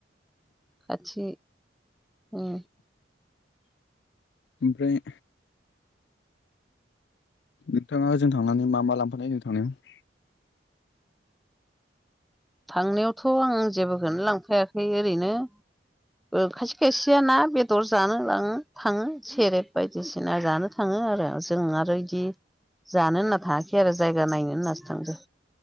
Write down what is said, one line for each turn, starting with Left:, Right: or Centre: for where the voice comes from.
Centre: खाथि। उम
Left: ओमफ्राय नोंथाङा होदों थांनानै मा मा लांफानाय होजों थांनायाव।
Centre: थांनायावथ' आं जेबोखौनो लांफायाखै ओरैनो ओ खायसे खायसेयाना बे क्टर जानो लाङो थाङो सेरेब बायदिसिना जानो थाङो आरो जों आरो बिदि जानो होनना थाङाखै आरो जायगा नायनो होननासो थांदो।